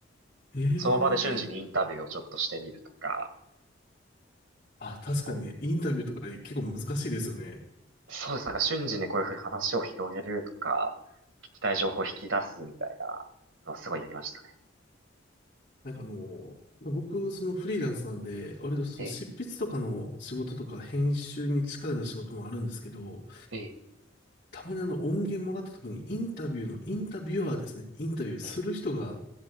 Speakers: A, on the left; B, on the right.
A: ええ。
B: その場で瞬時にインタビューをちょっとしてみるとか、
A: あ、確かにね、
B: 結構、
A: インタビューとか結構難しいですよね。
B: そうです。なんか瞬時にこういうふうに話を広げるとか、聞きたい情報を引き出すみたいなのをすごいやりましたね。
A: なんかあの、僕、そのフリーランスなんで、割とその執筆とかの仕事とか編集に近いような仕事もあるんですけど、
B: ええ、ええ、
A: たまにあの音源もらった時にインタビューの、インタビュアーですね。インタビューする人が
B: ええ。